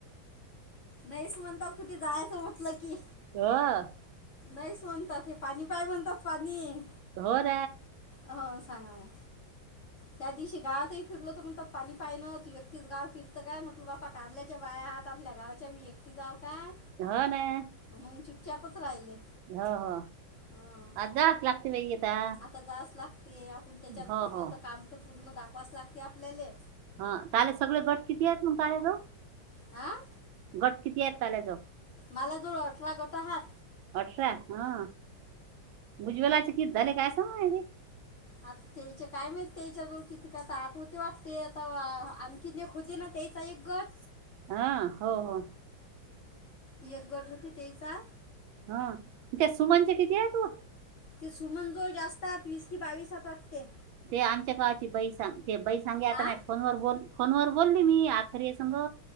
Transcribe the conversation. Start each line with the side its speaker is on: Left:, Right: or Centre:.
Left: नाहीच म्हणतात कुठे जायचं म्हटलं की
Right: ह
Left: नाही म्हणतात हे पाणी पाय म्हणतात पाणी
Right: तोर
Left: हो सांग त्याध शगाात फिरल तर म्हणत पाणी पायनं तू एकतीच गाव फिरतं काय म्हटलं बापा कारल्याच्या बाया आहात आपल्या गावाच्या मी की जाऊ काय
Right: ह ना
Left: मगून चुटच्यापच राहिले
Right: हो हो
Left: हं.
Right: आज जास् लागते बाई आता
Left: आता जाच लागते आपण त्याच्यात
Right: हो
Left: घुसल
Right: हो
Left: तर काम तर पूर्ण दाखवाच लागते आपल्याला
Right: हा तले सगळे गट किती आहेत मग तल्याजव
Left: हा
Right: घट किती आहेत तल्याजव
Left: मलादोल अर्ठरा गोता हात
Right: अठरा हा भुजबलाचे कि झाले काय सांगे
Left: आता तेच्या काय माहित त्याच्या जवळ किती का आता आठ होते वाटते आता किनेक होते ना त्याचा एक गट
Right: हा हो हो
Left: एक गट होते तेचा
Right: हा त्या सुमनचे किती आहे तू
Left: ते सुमनजवळ जास्तात वीस कि बावीसात वाटते
Right: ते आमच्या काळाची बई सां ते बई सांगे आता
Left: हा
Right: म फोन व बोल फोन वर बोलली मी आखेरीय संग